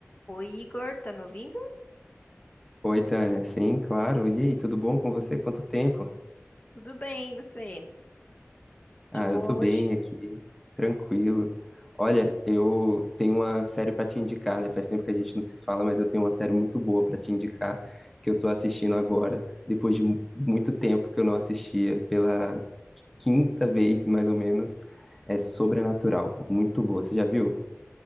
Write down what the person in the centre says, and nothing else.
Oi, Tânia. Sim, claro. E aí, tudo bom com você? Quanto tempo?
Ah,
eu tô bem
aqui, tranquilo. Olha, eu tenho uma série pra te indicar, né? Faz tempo que a gente não se fala, mas eu tenho uma série muito boa pra te indicar que eu tô assistindo agora, depois de mu- muito tempo que eu não assistia, pela quinta vez mais ou menos. É Sobrenatural, muito boa. Você já viu?